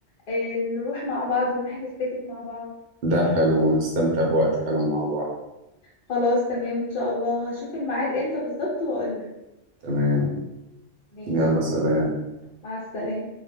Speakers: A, on the left; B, on the right.
A: آه، نروح مع بعض ونحجز تيكت مع بعض
B: ده حلو ونستمتع بوقت حلو مع بعض
A: خلاص تمام ان شاء الله هشوف الميعاد امتى بالظبط واقولك
B: تمام
A: ماشي
B: يلا سلام
A: مع السلامة